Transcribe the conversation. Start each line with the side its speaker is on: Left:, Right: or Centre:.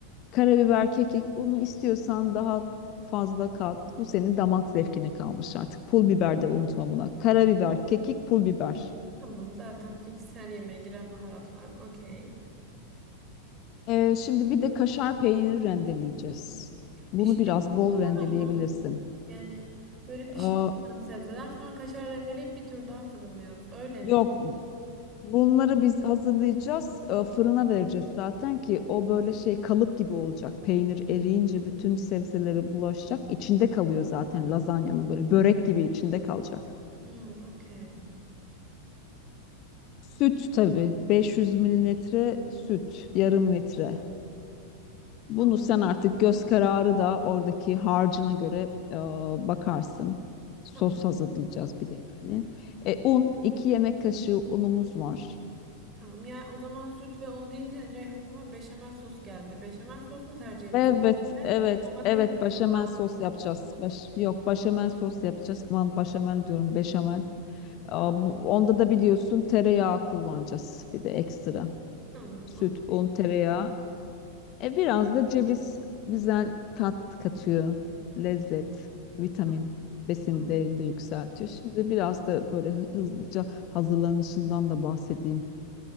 Left: Karabiber, kekik bunu istiyorsan daha fazla kat. Bu senin damak zevkine kalmış artık. Pul biber de unutma buna. Karabiber, kekik, pul biber.
Right: Tamam zaten fix her yemeğe giren baharatlar. Okey.
Left: Ee, şimdi bir de kaşar peyniri rendeleyeceğiz. Bunu
Right: Piştikten
Left: biraz bol
Right: sonra
Left: rendeleyebilirsin.
Right: mı? Yani böyle pişiyor
Left: Aa,
Right: sanırım sebzeler. Sonra kaşar rendeleyip bir tur daha fırınlıyoruz. Öyle miydi?
Left: yok Bunları biz hazırlayacağız, e, fırına vereceğiz zaten ki o böyle şey kalıp gibi olacak. Peynir eriyince bütün sebzeleri bulaşacak. İçinde kalıyor zaten lazanyanın böyle börek gibi içinde kalacak.
Right: Hmm, okey.
Left: Süt tabii 500 mililitre süt, yarım litre.
Right: Tamam.
Left: Bunu sen artık göz kararı da oradaki harcına göre e, bakarsın. Sos
Right: Tamam.
Left: hazırlayacağız bir de yani. E, un, 2 yemek kaşığı unumuz var.
Right: Tamam. Ya o zaman süt ve un deyince direkt aklıma beşamel sos geldi. Beşamel sos mu tercih ediyorsun?
Left: Evet,
Right: Ben
Left: evet,
Right: Domates
Left: evet. Başamel
Right: falan.
Left: sos yapacağız. Baş, yok, başamel sos yapacağız. Aman başamel diyorum, beşamel. Aa,
Right: Tamam.
Left: bu- onda da biliyorsun tereyağı kullanacağız. Bir de ekstra.
Right: Tamam.
Left: Süt,
Right: Okey.
Left: un, tereyağı. E biraz da ceviz güzel tat katıyor. Lezzet, vitamin,
Right: Tamam.
Left: besin
Right: Tamam.
Left: değerini de yükseltiyor. Şimdi biraz da böyle hı- hızlıca hazırlanışından da bahsedeyim.